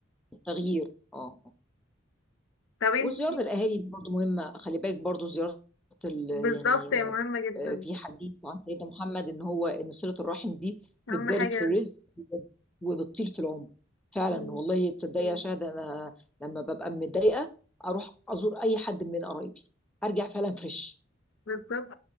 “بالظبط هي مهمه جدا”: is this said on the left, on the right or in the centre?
Left